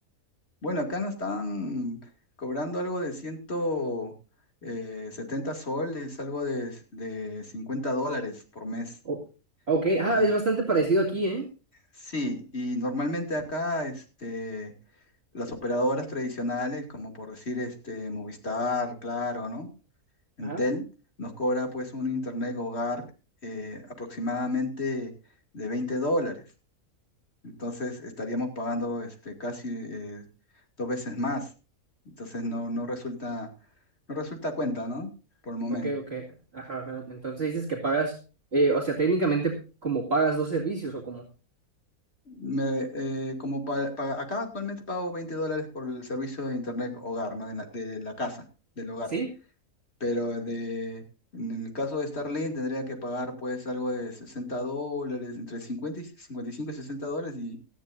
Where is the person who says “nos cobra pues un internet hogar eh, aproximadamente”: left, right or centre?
Left